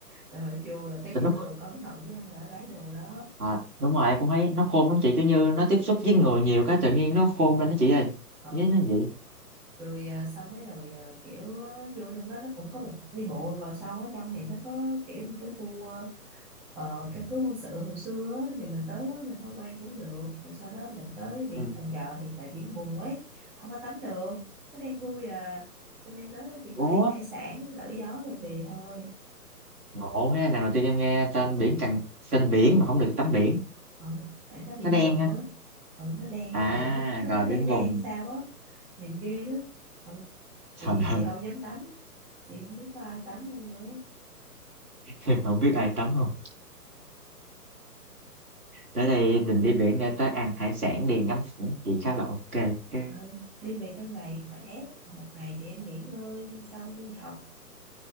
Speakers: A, in the centre; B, on the right.
A: trời ơi, vô là phải
B: tụi
A: giữ
B: nó
A: đồ cẩn thận chứ không là lấy đồ đó
B: ờ, đúng rồi, em cũng thấy nó khôn lắm chị, kiểu như nó tiếp xúc với người nhiều cái tự nhiên nó khôn lên đó chị ơi.
A: ừ
B: Với nó vậy.
A: rồi ờ, xong mấy rồi ờ, kiểu ờ, vô trong đó nó cũng có một đi bộ vào sau ở trong thì nó có kiểu một cái khu ờ, Ờ, căn cứ quân sự hồi xưa á, thì mình tới đó mình tham quan cũng được rồi sau đó mình tới biển
B: Ừm.
A: Cần Giờ thì tại biển bùn ấy không có tắm được nó đang thui à cho nên tới đó chỉ
B: Ủa,
A: có ăn hải sản đổi gió rồi về thôi
B: ngộ ha, lần đầu tiên em nghe tên biển Cần tên biển mà không được tắm biển,
A: ờ, tại nó biển
B: nó đen
A: bùn
B: ha.
A: á ờ, nó đen
B: À,
A: với lại nó nó
B: rồi
A: cứ
B: biển
A: đen đen
B: vùng.
A: sao á nhìn ghê lắm ờ,
B: Trời
A: chị thì
B: ơi,
A: chị không dám tắm chị không biết có ai tắm không nữa
B: <laughs> không biết ai tắm không? Tới đây mình đi biển để tới ăn hải sản đi ngắm cảnh thì khá là ok. Cái-
A: Ờ, đi về trong ngày khỏe còn một ngày thì em nghỉ ngơi hôm sau đi học